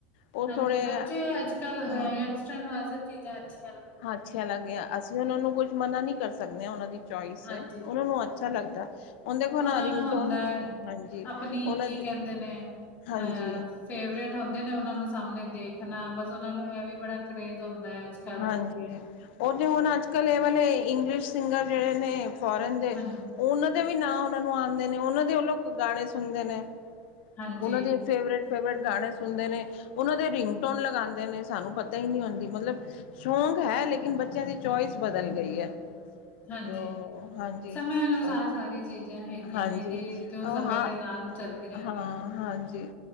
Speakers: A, on the left (about 75°); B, on the left (about 30°).
A: ਉਹ
B: ਹਾਂਜੀ,
A: ਥੋੜ੍ਹੇ
B: ਬੱਚੇ ਅੱਜ-ਕੱਲ੍ਹ
A: ਹਮ
B: ਅ ਯੰਗਸਟਰਾਂ ਨੂੰ ਐਹ ਸਭ ਚੀਜ਼ਾਂ ਅੱਛੀ
A: ਹਾਂ, ਅੱਛਾ ਲੱਗਿਆ। ਅਸੀਂ ਓਹਨਾਂ ਨੂੰ ਕੁੱਝ ਮਨਾ ਨੀ ਕਰ ਸਕਦੇ ਆ, ਓਹਨਾਂ ਦੀ ਚੋਇਸ
B: ਹਾਂਜੀ
A: ਏ। ਓਹਨਾਂ ਨੂੰ ਅੱਛ ਤਾ ਲੱਗਦਾ। ਹੁਣ ਦੇਖੋ
B: ਉਹਨਾਂ
A: ਨਾ
B: ਨੂੰ
A: ਰਿੰਗਟੋਨ
B: ਹੁੰਦਾ,
A: ਹਾਂਜੀ
B: ਅਪਣੀ
A: ਉਹਨਾਂ
B: ਕੀ
A: ਦੀ
B: ਕਹਿੰਦੇ ਨੇ?
A: ਹਾਂਜੀ
B: ਅਹ ਫੇਵਰੇਟ ਹੁੰਦੇ ਨੇ ਓਹਨਾਂ ਨੂੰ ਸਾਹਮਣੇ ਦੇਖਣਾ ਬਸ ਓਹਨਾਂ ਨੂੰ ਐਹ ਵੀ ਬੜਾ ਕਰੇਜ਼ ਹੁੰਦੈ ਅਜ-ਕੱਲ੍ਹ।
A: ਹੈਗੀ ਐਂ। ਓਹ ਤੇ ਹੁਣ ਅੱਜ-ਕੱਲ ਏਹ ਵਾਲੇ ਇੰਗਲਿਸ਼ ਸਿੰਗਰ ਜੇੜੇ ਨੇ ਫੋਰਨ ਦੇ
B: ਹਾਂਜੀ
A: ਔ ਉਹਨਾਂ ਦੇ ਵੀ ਨਾਂ ਉਹਨਾਂ ਨੂੰ ਆੰਦੇ ਨੇ ਉਹਨਾਂ ਦੇ ਓਹ ਲੋਕ ਗਾਣੇ ਸੁਣਦੇ ਨੇ।
B: ਹਾਂਜੀ
A: ਉਹਨਾਂ ਦੇ ਫੇਵਰੇਟ-ਫੇਵਰੇਟ ਗਾਣੇ ਸੁਣਦੇ ਨੇ। ਓਹਨਾਂ ਦੇ ਰਿੰਗਟੋਨ ਲਗਾੰਦੇ ਨੇ ਸਾਨੂੰ ਪਤਾ ਹੀ ਨੀ ਹੁੰਦੀ। ਮਤਲਬ ਸ਼ੌਕ ਹੈ, ਲੇਕਿਨ ਬੱਚਿਆਂ ਦੀ ਚੋਇਸ ਬਦਲ ਗਈ ਐ।
B: ਹਾਂਜੀ
A: ਦੋ ਹਾਂਜੀ,
B: ਸਮੇਂ ਅਨੁਸਾਰ
A: ਅ
B: ਸਾਰੀ ਚੀਜ਼ਾਂ ਹੈਗੀਆਂ
A: ਹਾਂਜੀ।
B: ਨੇ ਕਿ
A: ਅ
B: ਜੋ ਸਮੇਂ
A: ਹਾਂ,
B: ਦੇ ਨਾਲ ਚੱਲਦੀਆਂ
A: ਹਾਂ
B: ਨੇ
A: ਹਾਂਜੀ।